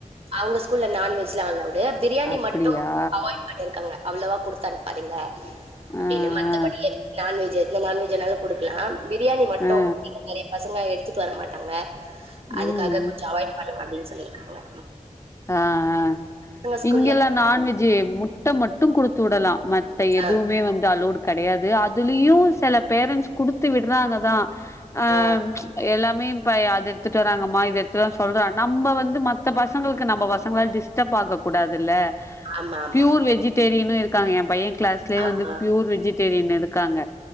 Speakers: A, on the right; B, on the left.
A: அவ்ங்க ஸ்கூல்ல நான்வெஜ்லா அலோவ் டுன் பிரியாணி
B: அப்டியா
A: மட்டு அவாய்ட் பண்ணிருக்காங்க அவ்ளவா குடுத்து அனுப்பாதீங்க அப்டின்னு
B: ஆ
A: மத்தபடி
B: ஆ
A: எடுத் நான்வெஜ் எ இந்த நான்வெஜ் ஆனாலு குடுக்லாம் பிரியாணி மட்டு
B: ஆ
A: இங்க நெறைய பசங்க எடு த்துட்டு வர மாட் டாங்க
B: ம்
A: அதுக்காக கொஞ்சோ அவாய்ட் பண்ணலா அப்டின் சொல்லிருக்காங்க
B: ஆஹ் ஆஹ்
A: ஸ்கூல்ல
B: இங்கெல்லா நான்வெஜ்ஜு முட்ட மட்டு குடுத்துடலா மத் த எதுவுமே
A: ஆ
B: வந் து அலோடு கெடையாது அதுலயு செல பேரண்ட்ஸ் குடுத்து விட்றாங்க தா அஹ்
A: ஆ
B: எல்லாம் மே எ பைய அத எடுத்துட்டு வராங்கம்மா இத எடுத்துட்டுவர சொல்றாங்க நம்ம வந்து மத்த பசங் சங்களுக்கு நம்ப பசங்களால டிஸ்டர்ப் ஆக கூடாதுல்ல
A: ஆமா, ஆமா.
B: பியூர் வெஜிடேரியனு இருக் காங்க எ பையங் கிளாஸ்லே
A: ஆமா.
B: வந்து பியூர் வெஜிடேரியன் இருக்காங்க